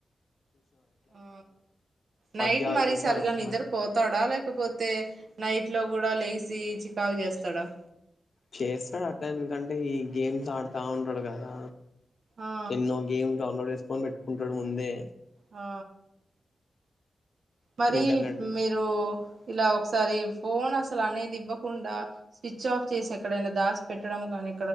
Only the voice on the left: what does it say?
పబ్జి
ఆడుకుంటే
అరుస్తున్నా
చేస్తాడు అట్లా ఎందుకంటే ఈ గేమ్స్ ఆడుతా ఉంటాడు కదా
కెన్నో గేమ్ డౌన్లోడ్ చేస్ ఫోన్ పెట్టుకుంటాడు ముందే
ఇంటర్నెట్